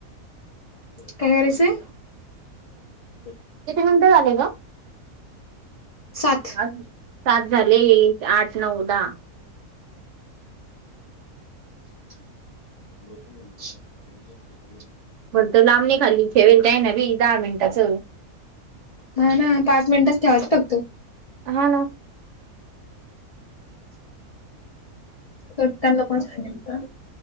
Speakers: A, on the left; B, on the right.
A: काय करायचाय <inaudible>
B: तिच्या नंतर आलेय का?
A: सात
B: आज <inaudible> सात झाले एक आठ नऊदा <unintelligible>
A: <inaudible> लोक म्हणबले बघते.
B: बरत लांबणी खाली इथे वल <unintelligible> त्या आहे ना बी दहा मिनटाच
A: हा ना पाच मिनटचेवाच फक्त
B: <inaudible> हा ना.
A: <unintelligible> चटक ल पणेल का?